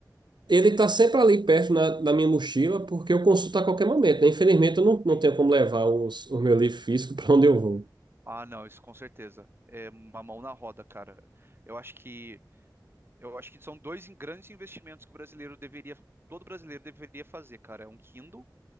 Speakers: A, on the right; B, on the right.
A: ele está sempre ali perto na, na minha mochila, porque eu consulto a qualquer momento, né? Infelizmente, eu não, não
B: sim.
A: tenho como levar os, o meu livro físico <laughs> para onde eu vou.
B: Ah, não, isso com certeza. É uma mão na roda, cara. Eu acho que eu acho que são dois in- grandes investimentos que o brasileiro deveria, todo brasileiro deveria fazer, cara. É um Kindle